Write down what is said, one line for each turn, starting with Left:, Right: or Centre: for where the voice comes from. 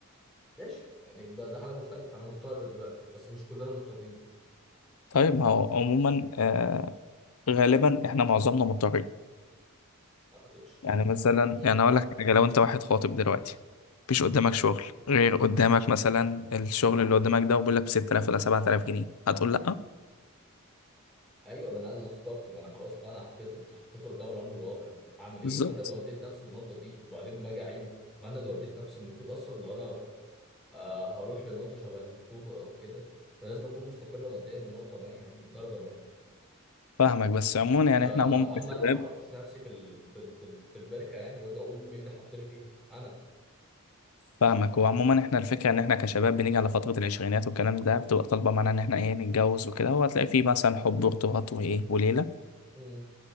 Centre: ماشي يعني ب- ده حاله مختلفه انا مضطر دلوقتي بس مش كلنا مضطرين
Left: طيب ما هو عموما آه غالبا احنا معظمنا مضطرين
Centre: ما اعتقدش
Left: يعني مثلا
Centre: <clears throat>
Left: يعني اقول لك حاجه لو انت واحد خاطب دلوقتي مفيش
Centre: م.
Left: قدامك شغل غير قدامك مثلا الشغل اللي قدامك ده وبيقول لك ب 6000 ولا 7000 جنيه هتقول لا
Centre: ايوه ما انا اللي خطبت ما انا خلاص بقى انا حطيت حطيت قدام الامر الواقع هعمل ايه
Left: بالظبط
Centre: ما انا اللي وديت نفسي للنقطه دي وبعدين باجي اعيب ما انا اللي وديت نفسي المفروض اصلا لو انا آه هروح لنقطه شبه الخطوبه او كده أنا لازم اكون مستقر ماديا بنقطه ما يعني بدرجه ما
Left: فاهمك بس عموما يعني
Centre: فاما
Left: احنا عموما كشباب
Centre: انا ما احطش نفسي في ال... في ال... في, ال... في البركه يعني واجي اقول مين اللي حطني فيها انا
Left: فاهمك وعموما احنا الفكره ان احنا كشباب بنيجي على فتره العشرينات والكلام ده بتبقى طالبه معانا ان احنا ايه نتجوز وكده وهتلاقي فيه مثلا حب وارتباط وايه وليله
Centre: امم